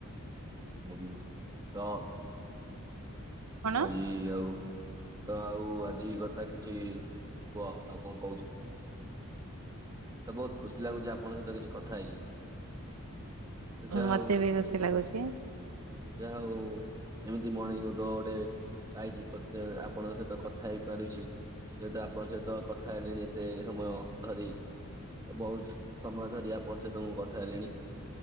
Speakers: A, on the right (about 15°); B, on the right (about 85°).
A: ହୁଁ ତ
B: କଣ
A: ଆଜି ଆଉ ତ ଆଉ ଆଜି କଥା କିଛି କୁହ, ଆଉ କଣ କହୁଛ? ତ ବହୁତ ଖୁସି ଲାଗୁଛି ଆପଣଙ୍କ ସହିତ କିଛି କଥା ହେଇକି। ତ ଯା
B: ମତେ
A: ହଉ
B: ବି ଖୁସି ଲାଗୁଛି
A: ଯା ହଉ। ଏମିତି ମଣିଷ ତ ଗୋଟେ ପାଇଛି, କଥା ଆପଣଙ୍କ ସହିତ କଥା ହେଇପାରୁଛି। ଯେହେତୁ ଆପଣଙ୍କ ସହିତ କଥା ହେଲେଣି ଏତେ ସମୟ ଧରି। ତ ବହୁତ ସମୟ ଧରି ଆପଣ ସହିତ ମୁଁ କଥା ହେଲିଣି।